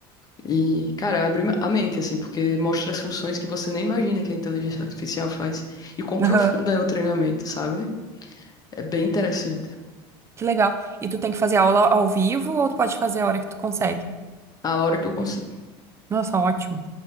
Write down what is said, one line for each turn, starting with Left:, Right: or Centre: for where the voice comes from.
Left: E, cara, abre a mente, assim, porque mostra as funções que você nem imagina que a inteligência artificial faz e quão profunda
Right: Aham,
Left: é o treinamento, sabe? É bem interessante.
Right: que legal. E tu tem que fazer aula ao vivo ou tu pode fazer a hora que tu consegue?
Left: A hora que eu consigo.
Right: Nossa, ótimo.